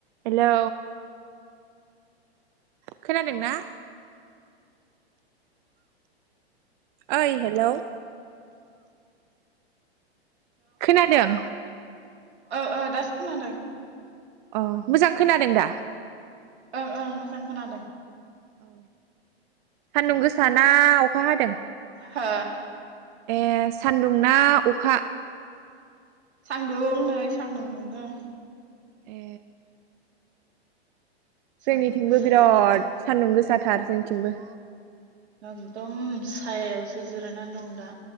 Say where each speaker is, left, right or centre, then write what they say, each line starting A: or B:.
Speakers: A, on the right; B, on the right.
A: Hello खोनादोंना ओइ hello खोनादों।
B: औ औ दासो खोनादों।
A: अ मोजां खोनादों दा।
B: ओं ओं मोजां खोनादों।
A: औ सान्दुं गोसाना अखा हादों।
B: हो
A: ए सान्दुं ना अखा
B: सान्दुं नै सान्दुं दुंदों
A: ए
B: सान्दुं
A: जोंनिथिंबो
B: गोसा
A: बिराद
B: जाथारदों
A: सान्दुं गोसाथार जोंथिंबो
B: एकदम सायायावसो जिरायना दं दा